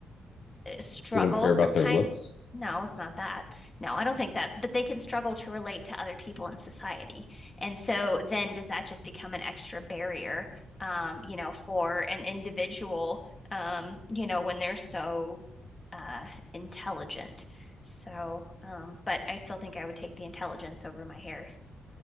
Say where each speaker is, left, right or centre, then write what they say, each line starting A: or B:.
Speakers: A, on the left; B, on the left.
A: eh, struggle
B: They don't care about
A: sometimes.
B: their looks.
A: No, it's not that. No, I don't think that's, but they can struggle to relate to other people in society. And so then does that just become an extra barrier, um, you know, for an individual, um, you know, when they're so uh intelligent. So, um, but I still think I would take the intelligence over my hair.